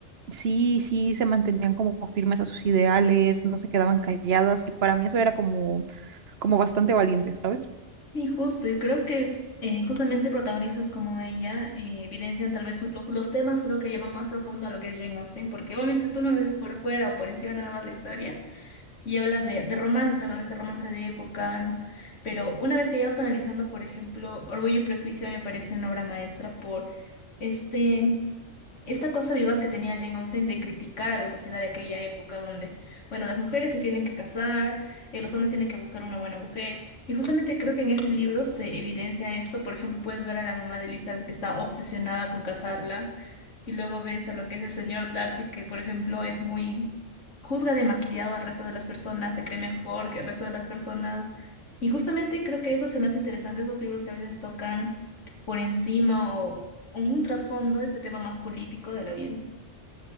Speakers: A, on the right; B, on the left.
A: sí, sí se mantenían como firmes a sus ideales, no se quedaban calladas, y para mí eso era como, como bastante valiente, ¿sabes?
B: Sí, justo, y creo que eh, justamente protagonistas como ella eh, evidencian tal vez lo- los temas creo que llevan más profundo a lo que es Jane Austen, porque obviamente tú no ves por fuera o por encima nada más la historia, y habla de, de romance, ¿no? De este romance de época. Pero una vez que ya vas analizando, por ejemplo, Orgullo y Prejuicio a mí me parece una obra maestra por este esta cosa vivaz que tenía Jane Austen de criticar a la sociedad de aquella época donde, bueno, las mujeres se tienen que casar, eh, los hombres tienen que buscar una buena mujer. Y justamente creo que en ese libro se evidencia esto. Por ejemplo, puedes ver a la mamá de Elizabeth que está obsesionada con casarla. Y luego ves a lo que es el señor Darcy, que por ejemplo es muy... juzga demasiado al resto de las personas, se cree mejor que el resto de las personas. Y justamente creo que eso se me hace interesante, esos libros que a veces tocan por encima o en un trasfondo este tema más político de la vida.